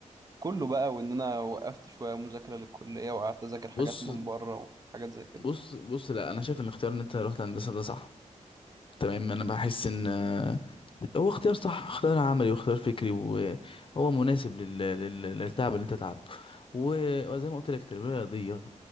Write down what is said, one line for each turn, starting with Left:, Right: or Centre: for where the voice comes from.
Right: كله بقى وان انا وقفت شويه مذاكره للكليه وقعدت اذاكر حاجات
Left: بص
Right: من بره وحاجات زي كده
Left: بص بص لا انا شايف ان اختيار ان انت رحت هندسه ده صح تمام انا بحس ان آه، هو اختيار صح اختيار عملي واختيار فكري وهو مناسب لل... لل... للتعب اللي انت تعبته و- وزي ما قلت لك التربيه الرياضيه